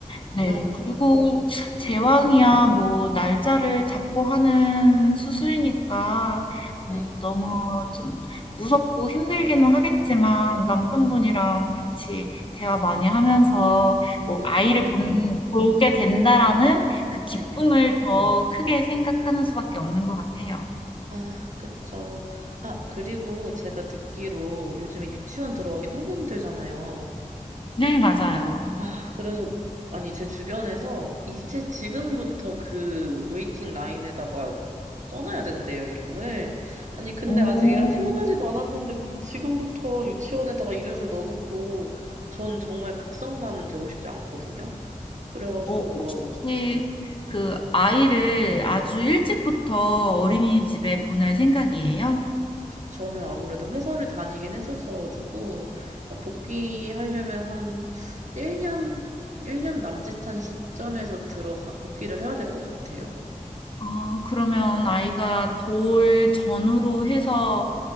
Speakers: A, on the left (about 40°); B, on the right (about 60°).
A: 네.
B: 아,
A: 그리고 제왕이야
B: 네.
A: 뭐 날짜를 잡고 하는 수술이니까 뭐
B: 네.
A: 너무 좀 무섭고 힘들기는 하겠지만 남편분이랑
B: 네.
A: 같이 대화 많이 하면서 뭐
B: 음,
A: '아이를 본 보게 된다.'라는 그 기쁨을
B: 네네.
A: 더 크게 생각하는 수밖에 없는 것 같아요.
B: 아, 그쵸. 아, 그리고 제가 듣기로 요즘에 유치원 들어가기 너무 힘들잖아요.
A: 네 맞아요.
B: 아, 그래서, 아니, 제 주변에서 이제 지금부터 그 웨이팅 라인에다가 써놔야 된대요, 이름을. 아니, 근데
A: 오
B: 아직 애가 태어나지도 않았는데 무슨 지금부터 유치원에다가 이름을 넣어놓고 전 정말 극성맘은 되고 싶지 않거든요. 그래가지고,
A: 어, 혹시 그 아이를
B: 음.
A: 아주 일찍부터 어린이집에 보낼 생각이에요?
B: 저는 아무래도 회사를 다니긴 했었어가지고, 아, 복귀하려면 한 1년, 일 년 남짓한 시점에서 들어가, 복귀를 해야 될 것 같아요.
A: 아, 그러면 아이가 돌 전후로 해서